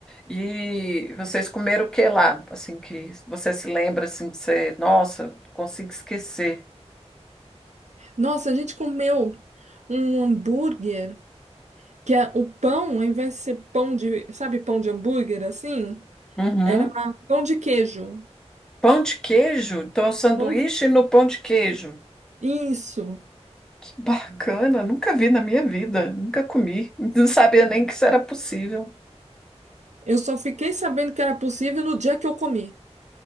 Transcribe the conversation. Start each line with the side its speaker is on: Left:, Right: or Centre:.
Centre: E vocês comeram o que lá? Assim que você se lembra assim que você, nossa, não consigo esquecer.
Right: Nossa, a gente comeu um hambúrguer, que é o pão, ao invés de ser pão de, sabe, pão de hambúrguer assim,
Centre: Uhum.
Right: era pão de queijo.
Centre: Pão de queijo? Então, é um sanduíche
Right: Pão de...
Centre: no pão de queijo.
Right: Isso.
Centre: Que bacana, nunca vi na minha vida, nunca comi. <laughs> Não sabia nem que isso era possível.
Right: Eu só fiquei sabendo que era possível no dia que eu comi.